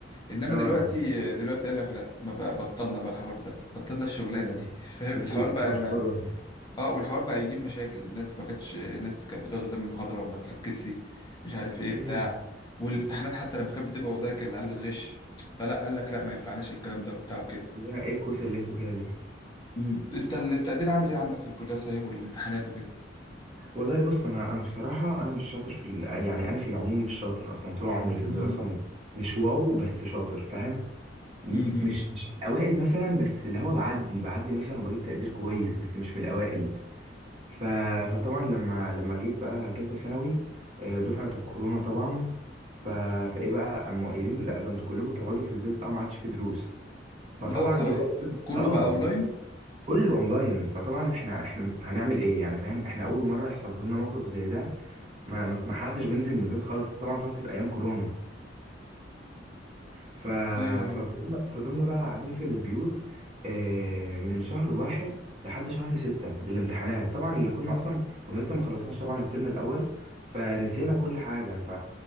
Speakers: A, on the left (about 25°); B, on the right (about 35°).
A: انما
B: اه
A: دلوقتي دلوقتي قال لك لا ما بقى بطلنا بقى الحوار ده بطلنا الشغلانه
B: امم
A: دي <laughs> فاهم الحوار
B: تتمشمروا
A: بقى اه والحوار بقى يجيب مشاكل الناس ما كانتش الناس كانت بتقعد قدام المحاضرة وما تركزش مش عارف ايه
B: امم
A: بتاع والامتحانات حتى لما كانت بتبقى اونلاين كان العيال بتغش فلا قال لك لا ما ينفعناش الكلام ده وبتاع وكده
B: يا ايه الكوسه اللي انتوا فيها دي
A: امم انت التقدير عامل ايه عندك في الكلية صحيح والامتحانات وكده
B: والله بص انا انا بصراحه انا مش شاطر في ال- يعني انا في العموم مش شاطر اصلا طول عمري في الدراسه
A: امم
B: م- مش واو بس شاطر فاهم م-
A: امم
B: مش مش اوائل مثلا بس اللي هو بعدي بعدي مثلا وبجيب تقدير كويس بس مش من الاوائل ف... فطبعا لما لما جيت بقى تالتة ثانوي آه، دفعة الكورونا طبعا ف... فايه بقى قاموا قايلين لا ده انتوا كلكم تقعدوا في البيت بقى ما عادش في دروس فطبعا
A: لا والله
B: دي بقى قصة-
A: كله
B: اه
A: بقى اونلاين
B: كله اونلاين فطبعا احنا احنا هنعمل ايه يعني فاهم احنا اول مرة يحصل لنا موقف زي ده ما ما ما حدش بينزل من البيت خالص طبعا فاكر ايام كورونا ف...
A: ايوه ايوه
B: ففضلنا فضلنا بقى قاعدين في البيوت آه، من شهر واحد لحد شهر ستة للامتحانات طبعا اللي كنا أصلا كنا لسه ما خلصناش طبعا الترم الأول فنسينا كل حاجة ف...